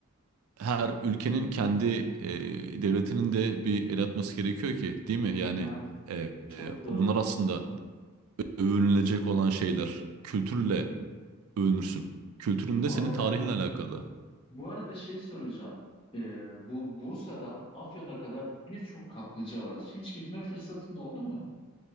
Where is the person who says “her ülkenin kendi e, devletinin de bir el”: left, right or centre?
Right